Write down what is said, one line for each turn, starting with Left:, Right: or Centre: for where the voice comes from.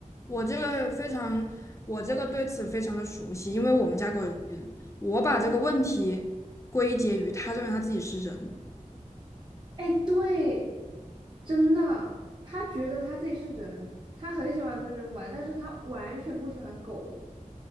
Left: 我这个非常，我这个对此非常的熟悉，因为我们家狗也是这样我把这个问题归结于他认为他自己是人。
Right: 哎，对，真的，他觉得他自己是人，他很喜欢跟人玩，但是他完全不喜欢狗。